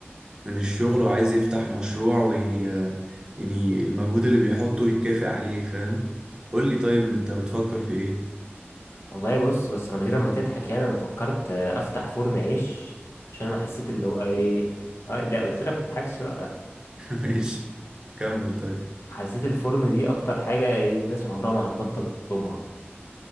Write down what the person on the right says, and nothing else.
من الشغل وعايز يفتح مشروع وي يعني المجهود اللي بيحطه يتكافئ عليه فاهم قول لي طيب انت بتفكر في ايه
<laughs> ماشي كمل طيب